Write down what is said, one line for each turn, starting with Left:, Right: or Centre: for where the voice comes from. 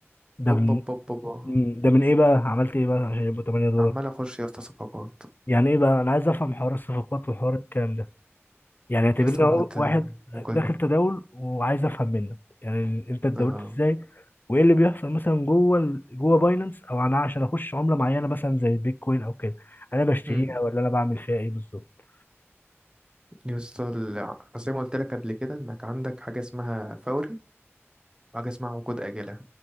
Left: ده
Right: اوب
Left: من
Right: اوب اوب اوب
Left: مم، ده من ايه بقى عملت ايه بقى عشان يبقى 8 دولار
Right: عمال اخش يا اسطى صفقات
Left: يعني ايه بقى انا عايز افهم حوار الصفقات وحوار الكلام ده يعني اعتبرني
Right: يا اسطى ما
Left: هو
Right: كنت
Left: واحد
Right: ممكن
Left: داخل تداول وعايز افهم منك يعني انت اتداولت
Right: آه.
Left: ازاي وايه اللي بيحصل مثلا جوه ال- جوه باينانس او انا عشان اخش عمله معينه مثلا زي البيتكوين او كده انا بشتريها
Right: مم.
Left: ولا انا بعمل فيها ايه بالظبط
Right: يا اسطى ال- زي ما قلت لك قبل كده انك عندك حاجة اسمها فوري وحاجة اسمها عقود آجلة